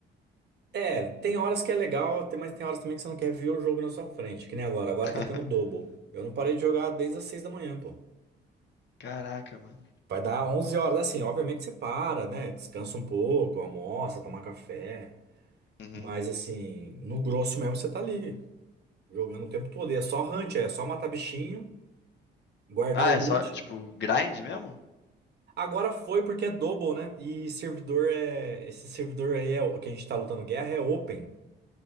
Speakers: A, on the right; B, on the left.
A: é, tem horas que é legal, tem- mas tem horas também que você não quer ver o jogo na sua frente, que nem agora. Agora
B: <laughs>
A: tá tendo double. Eu não parei de jogar desde as 6 da manhã, pô.
B: Caraca, mano.
A: Vai dar 11 horas, assim, obviamente você para, né? Descansa um pouco, almoça, toma café.
B: Uhum.
A: Mas, assim, no grosso mesmo você tá ali, jogando o tempo todo. E é só hunt, é só matar bichinho, guardar
B: Ah,
A: o
B: é
A: loot.
B: só, tipo, grind mesmo?
A: Agora foi porque é double, né? E servidor é. Esse servidor aí é o que a gente tá lutando guerra é open.